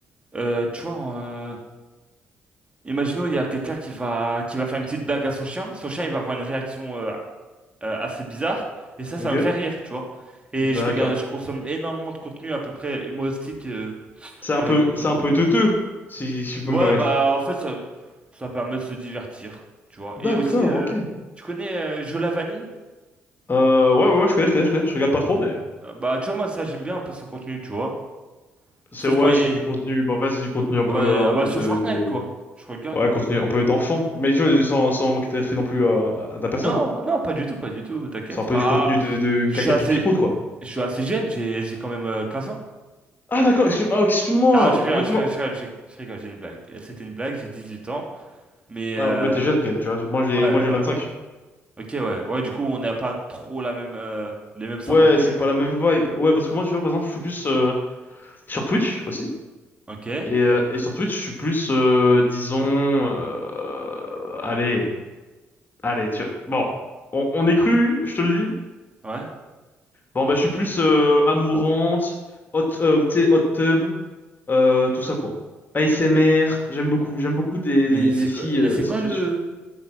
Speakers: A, on the right; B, on the left.
A: euh, tu vois, euh, imaginons, il y a quelqu'un qui va, qui va faire une petite blague à son chien. Son chien, il va avoir une réaction euh, euh, assez bizarre. Et ça, ça
B: Ok.
A: me fait rire, tu vois. Et
B: D'accord.
A: je regarde, je consomme énormément de contenu à peu près humoristique euh,
B: C'est un
A: avec
B: peu,
A: des
B: c'est
A: animaux.
B: un peu teuteux, si, si je peux
A: Ouais,
B: me permettre.
A: bah en fait, ça, ça permet de se divertir, tu vois.
B: D'accord,
A: Et aussi, euh,
B: ok.
A: tu connais euh, Joe Lavani?
B: Euh, ouais, ouais, ouais, je connais, je connais, je connais. Je regarde pas trop, mais
A: Euh, bah, tu vois, moi, ça, j'aime bien un peu son contenu, tu vois.
B: c'est
A: Sauf
B: ouais,
A: quand il
B: c'est
A: est...
B: du contenu. Bah, en fait, c'est du contenu un
A: Ouais,
B: peu, euh,
A: ah
B: un
A: bah,
B: peu
A: sur
B: de,
A: Fortnite,
B: de,
A: quoi. Je regarde.
B: ouais, contenu un peu d'enfant. Mais tu vois, sans, sans manquer de respect non plus euh, à, ta personne.
A: Non, non, pas du tout, pas du tout, t'inquiète.
B: C'est un peu
A: Bah,
B: du contenu de, de
A: je
B: caca
A: suis assez...
B: pipi prout, quoi.
A: Je suis assez jeune, j'ai j'ai quand même euh, 15 ans.
B: Ah, d'accord. Excuse, ah, ok, excuse-moi.
A: Ah, je
B: Bah,
A: rigole,
B: En fait,
A: je
B: moi,
A: rigole, je rigole, je je rigole, j'ai une blague. Euh, C'était une blague, j'ai 18 ans. Mais
B: ah,
A: euh,
B: bah, t'es jeune quand même, tu vois. Moi, j'ai,
A: ouais,
B: moi, j'ai
A: voilà.
B: vingt cinq
A: Ok, ouais. Ouais, du coup, on n'a pas trop la même, euh, les mêmes centres
B: Ouais,
A: d'intérêt.
B: c'est pas la même vibe. Ouais, parce que moi, tu vois, par exemple, je suis plus euh, sur Twitch aussi.
A: Ok,
B: Et, euh, et sur Twitch, je suis plus, euh, disons, euh, allez, allez, tu Bon, on, on est cru, je te le dis.
A: ouais.
B: Bon, bah, je suis plus euh, amourante, hot, euh, tu sais, hot tub, euh, tout ça, quoi. ASMR, j'aime beaucoup, j'aime beaucoup des,
A: Mais
B: les, les
A: c'est
B: filles
A: quoi, euh,
B: euh,
A: c'est
B: sur
A: quoi
B: Twitch.
A: le